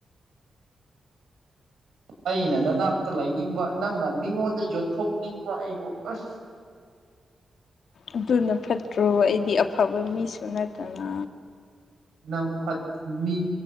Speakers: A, on the right (about 75°); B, on the left (about 65°).
A: ꯑꯩꯅ ꯅꯅꯥꯛꯇ ꯂꯩꯅꯤꯡꯕ ꯅꯪꯅ ꯃꯤꯉꯣꯟꯗ ꯌꯣꯟꯊꯣꯛꯅꯤꯡꯕ ꯑꯩꯕꯨ ꯑꯁ
B: ꯑꯗꯨꯅ ꯐꯠꯇ꯭ꯔꯣ ꯑꯩꯗꯤ ꯑꯐꯕ ꯃꯤꯁꯨ ꯅꯠꯇꯅ
A: ꯅꯪ ꯐꯠ ꯃꯤ